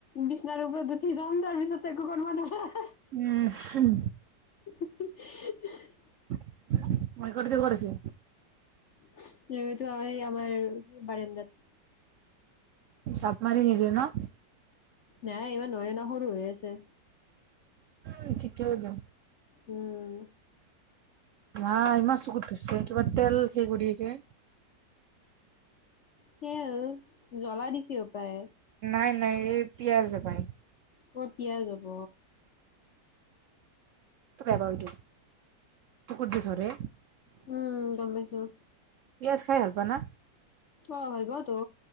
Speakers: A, on the left (about 60°); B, on the right (about 75°).
A: বিচনাৰ ওপৰত উঠি যাম তাৰ পিছত একো কৰিব নোৱাৰা
B: উম, উম।
A: <inaudible>
B: <unintelligible> ক'ত আছে?
A: <unintelligible> আমাৰ বাৰন্দাত।
B: চাপ মাৰি নিদিয়ে ন'।
A: নাই ইমান নোৱাৰে ন' সৰু হৈ আছে।
B: উম, ঠিকে হ'লে।
A: উম।
B: মা ইমান চকুত ধৰছে কিবা তেল সে কৰি আছে।
A: তেল, জ্বলা দিছি হপাই।
B: নাই, নাই, এই পিয়াঁজ হপায়।
A: ক'ত পিয়াঁজ হ'ব।
B: টো বহুত বেয়া পাওঁ এইটো চকুত যে ধৰে।
A: উম, গম পাইছোঁ।
B: পিয়াঁজ খাই ভাল পা না?
A: অ', ভালপাওঁ তো।